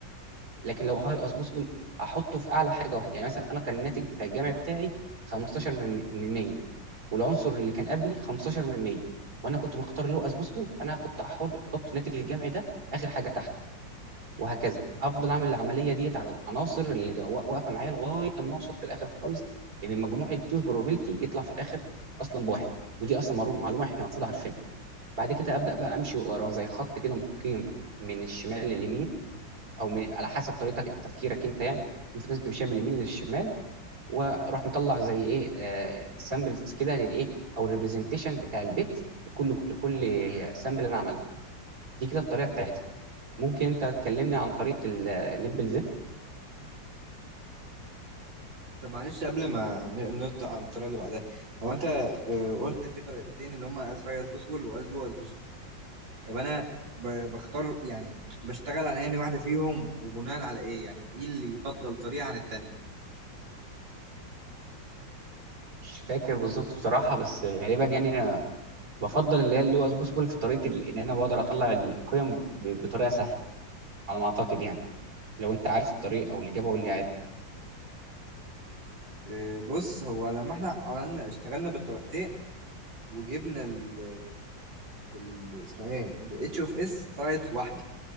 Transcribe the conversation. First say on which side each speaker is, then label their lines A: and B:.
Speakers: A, on the right; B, on the right.
A: لكن لو هاي اسبوسفول هحطه في اعلى حاجه واحده يعني مثلا انا كان الناتج بتاع الجمع بتاعي 15 من من 100 والعنصر اللي كان قبلي 15 من 100 وانا كنت مختار لو اسبوسفول فانا كنت هحط- احط ناتج الجمع ده اخر حاجه تحت وهكذا افضل اعمل العمليه ديت على العناصر اللي تبقى وا- واقفه معايا لغايه ما اوصل في الاخر خالص ان مجموع التوز بروبابيلتي يطلع في الاخر اصلا بواحد ودي اصلا معلومه معلومة احنا المفروض عارفينها بعد كده ابدا بقى امشي ورا زي خط كده مستقيم من الشمال لليمين او من على حسب طريقتك تفكيرك انت يعني المفروض لازم تمشي من اليمين للشمال واروح مطلع زي ايه سامبلز كده للايه او الريبريزنتيشن بتاع البيت لكل لكل سامبل انا عملته دي كده الطريقه بتاعتها ممكن انت تكلمني عن طريقه الليمبل
B: طب معلش قبل ما ن- ننط على الطريقه اللي بعدها هو انت آه، قلت في طريقتين اللي هم از هاي از بوسبل واز لو از طب انا ب- بختار يعني بشتغل على انهي واحده فيهم وبناء على ايه يعني ايه اللي يفضل طريقه عن التانية
A: مش فاكر بالظبط بصراحه بس غالبا يعني انا بفضل اللي هي اللي هو اسبوسيبل في طريقه ال- ان انا بقدر اطلع القيم ب- بطريقه سهله على ما اعتقد يعني لو انت عارف الطريق او الاجابه قول لي
B: إيه، بص هو لما احنا عملنا اشتغلنا بالطريقتين وجبنا ال ال اسمه ايه ال اتش اوف اس طلعت واحده